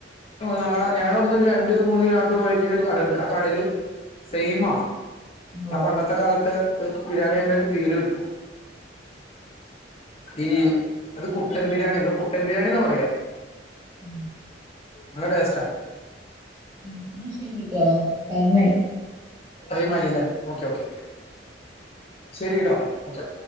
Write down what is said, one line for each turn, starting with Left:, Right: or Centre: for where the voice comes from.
Left: ഞങ്ങളെ ഞങ്ങളവിടുന്ന് ഒരു രണ്ടു മൂന്ന് കിലോമീറ്റർ പോയി കഴിഞ്ഞാൽ ഒരു കടയുണ്ട് ആഹ് കടയില് സെയിമാ
Right: ഓഹ്
Left: ആഹ് പണ്ടത്തെ കാലത്തെ ബിരിയാണി കഴിക്കുന്ന ഒരു ഫീല് കിട്ടും ഈ അത് കുട്ടൻ ബിരിയാണി എന്തോ കുട്ടൻ ബിരിയാണിന്നാ പറയാ
Right: <inaudible>
Left: നല്ല ടേസ്റ്റാ
Right: ഉം എന്നാ ശരിട്ടോ ടൈമായി
Left: ടൈമായില്ലേ ഓക്കേ ഓക്കേ ശരിട്ടോ ഓക്കേ